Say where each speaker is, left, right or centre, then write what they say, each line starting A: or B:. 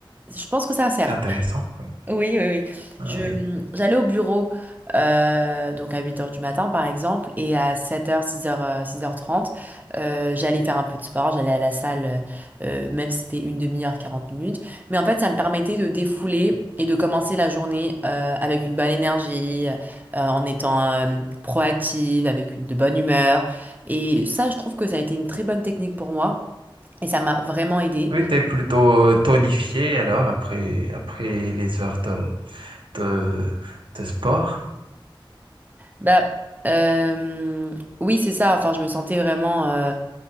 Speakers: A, on the right; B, on the right.
A: je pense que ça sert.
B: c'est intéressant. oui.
A: Oui, oui, oui.
B: Oui.
A: Je, hum, j'allais au bureau euh, donc à huit heures du matin par exemple et à 7h, 6h, 6h30, j'allais faire un peu de sport, j'allais à la salle euh, euh, même si c'était une demi-heure, 40 minutes. Mais en fait, ça me permettait de défouler et de commencer la journée euh, avec une bonne énergie, euh, en étant euh, proactive, avec une de bonne humeur. Et ça, je trouve que ça a été une très bonne technique pour moi et ça m'a vraiment aidée.
B: Oui, t'es plutôt euh, tonifié alors après, après les heures de, de, de sport.
A: Bah, euh, oui, c'est ça. Enfin, je me sentais vraiment euh,